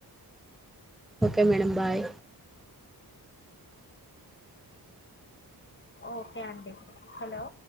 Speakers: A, in the centre; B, on the left (about 30°).
A: ఓకే మేడం బాయ్
B: ఓకే అండి హలో